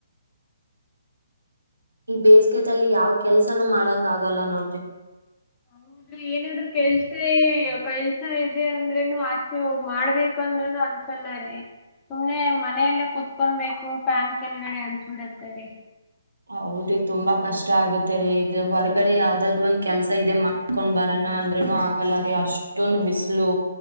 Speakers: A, on the right; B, on the left.
A: ಈ ಬೇಸಿಗೆದಲ್ಲಿ ಯಾವ ಕೆಲ್ಸನೂ ಮಾಡಂಗ ಆಗಲ್ಲ ನೋಡ್ರಿ
B: ಹದ್ರಿ ಏನಾದ್ರರು ಕೆಲ್ಸೇ ಕೆಲ್ಸ ಇದೆ ಅಂದ್ರೂನು ಆಚೆ ಹೋಗ್ ಮಾಡ್ಬೇಕು ಅಂದ್ರೂನು ಅನ್ಸಲ್ಲ ರೀ ಸುಮ್ನೆ ಮನೆಯಲ್ಲೇ ಕುೂತ್ಕೊಬೇಕು ಫ್ಯಾನ್ ಕೆಳಗಡೆ ಅನ್ಸ್ಬಿಡತ್ತರಿ
A: ಹೌದ್ರಿ ತುಂಬಾ ಕಷ್ಟ ಆಗತ್ತರಿೀ ಇದ್ರೆ ಹೊರ್ಗಡೆ ಯಾವ್ದಾದ್ ಒಂದ್ ಕೆಲ್ಸ ಇದೆ ಮಾಡ್ಕೊಂಡ್ ಬರಣ ಅಂದ್ರನು ಆಗಲ್ಲ ರೀ ಅಷ್ಟೊಂದು ಬಿಸ್ಲು